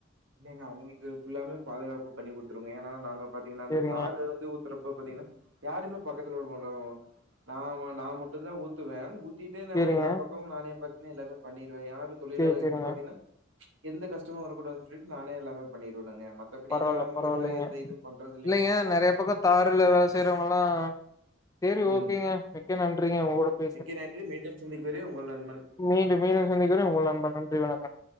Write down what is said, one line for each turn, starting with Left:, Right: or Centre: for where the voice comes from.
Right: இல்லைங்க அவங்கிட்ட புல்லாமே பாதுகாப்பு பண்ணி குடுத்துருங்க ஏன்னா நாங்க பாத்தீங்கன்னா அந்த
Left: சேரிங்க
Right: தாரு வந்து ஊத் போட்றப்ப பாத்தீங்கன்னா யாருமே பக்கத்துல வரமாட்டாங்கோ நா நா மட்டுந்தா ஊத்துவே ஊத் தீட்டே நா
Left: சேரிங்க.
Right: எல்லா பக்கமும் நானே பாத்தீங்கன்னா எல்லாமே பண்ணிடுவே யாரு தொழிலாளர்களுக்கு
Left: சேரி சேரிங்க.
Right: பாத்தீங்கன்னா எந்த கஷ்டமும் வர கூடாதுன்னு சொல்லிட்டு நானே எல்லாமே பண்ணிருவேனுங்க மத்தபடில்லா
Left: பரவால்ல
Right: அவங்களுக்குல்லா
Left: பரவால்லைங்க
Right: எந்த இது பண்றது இல்லைங்க
Left: இல்லேங்கே நெறைய பக்கத் தாருல வேல செய்றவங்கல்லாம் சேரி
Right: ம்
Left: ஓகேங்க மிக்க நன்றிங்க உங்களோட பே
Right: மிக்க நன்றி மீண்டும் சந்திக்கும் வரை உங்கள் நண்பன்
Left: மீண்டும் மீண்டும் சந்திக்கிற வரை உங்கள் நண்பன் நன்றி வணக்கம்